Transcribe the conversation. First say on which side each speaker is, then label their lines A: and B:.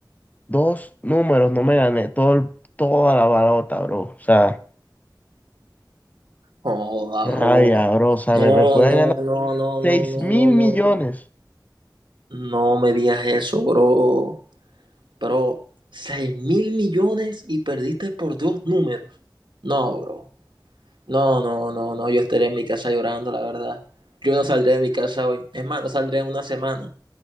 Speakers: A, on the left; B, on the right.
A: dos números no me gané todo, el- toda la balota, bro, o sea.
B: Joda,
A: Qué
B: bro.
A: Rabia, bro. O sea,
B: No,
A: me, me puede
B: no,
A: ganar
B: no, no,
A: seis
B: no, no,
A: mil
B: no, no.
A: millones.
B: No me digas eso, bro. Pero, 6 mil millones y perdiste por dos números. No, bro. No, no, no, no. Yo estaré en mi casa llorando, la verdad. Yo no saldré de mi casa hoy. Es más, no saldré en una semana.